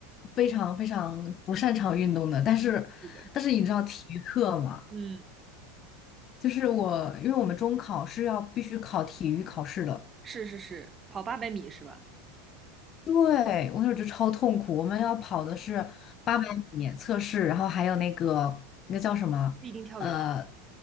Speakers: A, on the left; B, on the right.
A: 非常非常不擅长运动的，但是但是你知道体育课嘛？
B: 是的，嗯，
A: 就是我因为我们中考是要必须考体育考试的，
B: 是是是，跑八百米是吧？
A: 对，我那时候就超痛苦，我们要跑的是八百米测试，然后还有那个那个叫什么呃，
B: 立定跳远，